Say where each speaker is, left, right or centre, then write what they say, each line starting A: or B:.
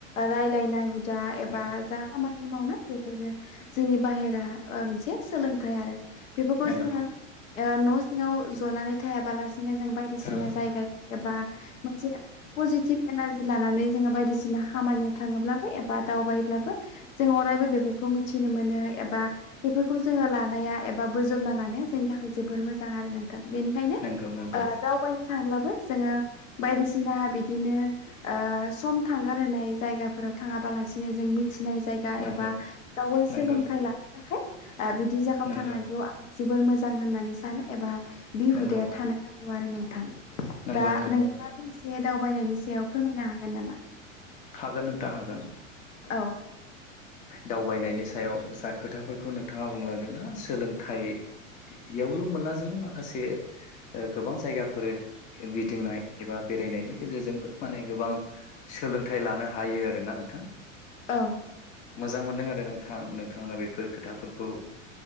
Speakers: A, on the left; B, on the left.
A: रायलायनाय हुदा एबा
B: नंगौ
A: जा खामानि मावनाय बेफोरो जोंनि बाहेरा मोनसे सोलोंथाइ आरो बेफोरखौ
B: नंगौ
A: जोङो न' सिङाव जनानै थायाबालासिनो जों बायदिसिना
B: औ
A: जायगायाव एबा मोनसे पजिटिभ एनारजि लानानै जोङो बायदिसिना खामानियाव थाङोब्लाबो एबा दावबायोब्लाबो जों अरायबो बे रखौ मिथिनो मोनो एबा बेफोरखौ जोङो लानाया एबा बोजबना लानाया जोंनि थाखाय जोबोर मोजां आरो नोंथां बेनिखायनो
B: नंगौ नंगौ
A: दावबायनो थांब्लाबो जोङो बायदिसिना बिदिनो ओ सम थांगार होनाय जायगाफोराव थाङाबालासिनो जों मिथिनाय जायगा
B: नंगौ
A: एबा गावगाय
B: नंगौ
A: सोलोंथाइ लानो थाखाय बिदि जागायाव
B: नंगौ
A: थांनायखौ आं जोबोर मोजां होननानै सानो ए बा बे
B: नंगौ
A: हुदाया थानो नांगौ आरो नोंथां
B: नंगौ
A: दा
B: नंगौ
A: नोंथाङा फंसे दावबायनायनि सायाव फोरमायनो हागोन नामा?
B: हागोन नोंथां हागोन
A: औ
B: दावबायनायनि सायाव जा खोथाफोरखौ नोंथाङा बुंलांदोंना सोलोंथाइ यावल' मोना जोङो माखासे गोबां जायगाफोर गिदिंनाय एबा बेरायनायनि गेजेरजोंबो माने गोबां सोलों थाय लानो हायो आर ना नोंथां
A: औ
B: मोजां मोनदों आरो नोंथां नोंथाङा बेफोर खोथाफोरखौ